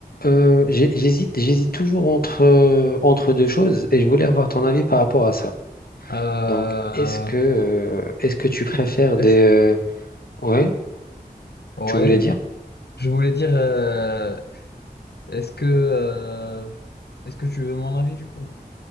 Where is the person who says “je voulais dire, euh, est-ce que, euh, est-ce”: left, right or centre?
Left